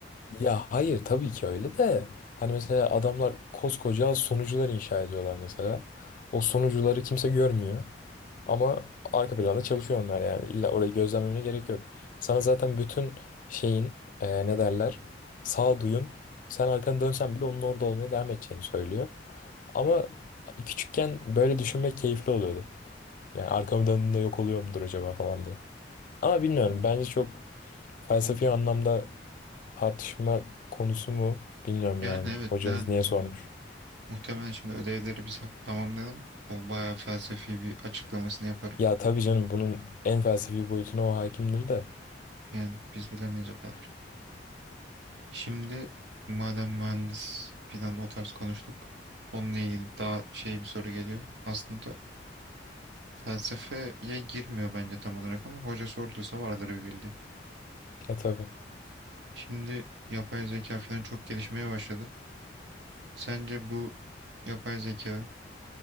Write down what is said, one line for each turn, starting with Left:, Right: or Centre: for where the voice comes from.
Left: Ya hayır tabii ki öyle de hani mesela adamlar koskoca sunucular inşa ediyorlar mesela. O sunucuları kimse görmüyor ama arka planda çalışıyor onlar yani illa orayı gözlemlemene gerek yok. Sana zaten bütün şeyin e, ne derler sağduyun sen arkanı dönsen bile onun orada olmaya devam edeceğini söylüyor. Ama küçükken böyle düşünmek keyifli oluyordu. Yani arkamı döndüğümde yok oluyor mudur acaba falan diye. Ama bilmiyorum bence çok felsefi anlamda Tartışma konusu mu? Bilmiyorum yani.
Right: Yani evet
Left: Hocanız
Right: ne hal-
Left: niye sormuş?
Right: muhtemelen şimdi ödevleri biz ha- tamamlayalım. O bayağı felsefi bir açıklamasını yaparım.
Left: Ya tabii canım bunun en felsefi boyutuna o hakimdir de.
Right: Yani biz bilemeyiz o kadar. Şimdi madem mühendis falan o tarz konuştuk. Onunla ilgili daha şey bir soru geliyor. Aslında felsefeye girmiyor bence tam olarak ama hoca sorduysa vardır bir bildiği.
Left: E tabii.
Right: Şimdi yapay zeka falan çok gelişmeye başladı. Sence bu yapay zeka